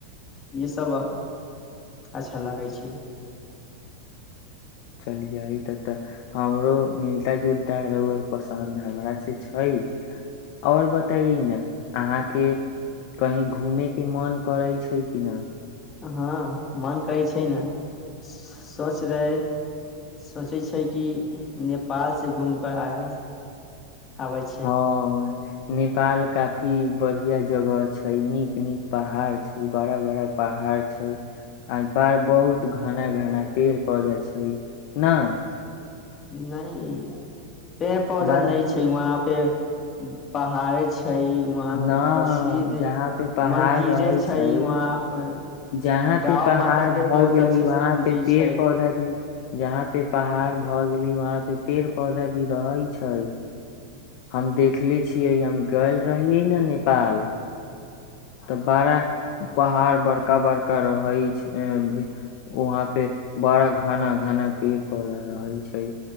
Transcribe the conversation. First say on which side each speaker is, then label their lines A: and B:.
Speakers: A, on the left (about 25°); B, on the left (about 45°).
A: य सब अच्छा लागै छै
B: चलिय ई तब तऽ हमरो मिलता जुलता रोअर पसन्द हमर से छै आओर बतय ने अहाँके कही घूमे के मन करै छै कि न
A: हँ मन करै छै ने सोच रहे सोचै छै कि नेपालसँ घूम कर आय आबै छै
B: ह नेपाल काफी बढ़िया जगह छै नीक नीक पहाड़ छै बड़ा बड़ा पहाड़ छै आ ब बहुत घना घना पेड़ पौधा छै ने
A: नहि पेड़ पौधा
B: बड़ा
A: नहि छै वहाँ पे पहाड़े छै वहाँ
B: न
A: के प्रसिद्ध
B: जहााँ पे पहाड़
A: मंदिरे
B: रहै छै
A: वहाँ पर
B: जहााँ
A: गाँव
B: पे पहाड़
A: माता के
B: भऽ
A: बहुत
B: गेलै
A: अच्छे
B: वहााँ
A: से पूजे
B: पे पेड़
A: छै
B: पौधा भी जहाँ पे पहाड़ भऽ गेले वहााँ पे े पेड़ पौधा भी रहै छै हम देखले छियै हम गल रहियै ने नेपाल तऽ बड़ा पहाड़ बड़का बड़का रहै छै वहा पे बड़ा घना घना पेड़ पौधा रहै छै